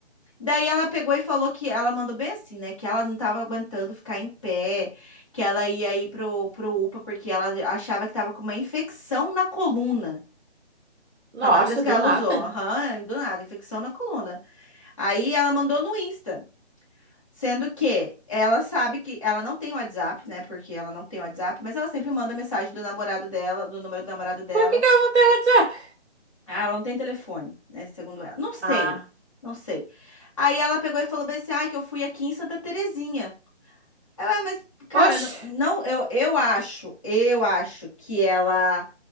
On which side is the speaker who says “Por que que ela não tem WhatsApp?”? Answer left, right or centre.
Right